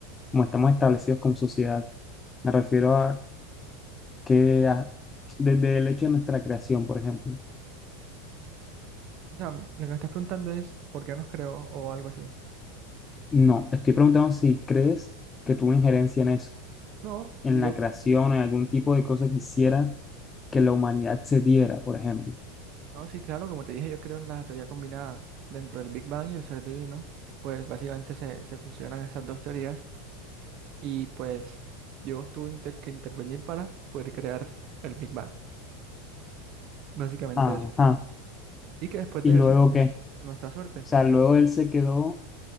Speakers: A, on the left; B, on the right.
A: como estamos establecidos como sociedad. Me refiero a que a- desde el hecho de nuestra creación, por ejemplo.
B: o sea, lo que me estás preguntando es por qué nos creó o algo así.
A: No, estoy preguntando si crees que tuvo injerencia en eso,
B: No,
A: en
B: yo
A: la creación,
B: pienso.
A: en algún tipo de cosa que hiciera que la humanidad se diera, por ejemplo.
B: No, sí, claro, como te dije, yo creo en la teoría combinada dentro del Big Bang y el ser divino, pues básicamente se, se fusionan esas dos teorías y pues Dios tuvo inter- que intervenir para poder crear el Big Bang. Básicamente
A: Ajá.
B: eso. Y que después
A: ¿Y
B: de
A: luego
B: eso,
A: qué? O
B: a nuestra suerte.
A: sea, luego él se quedó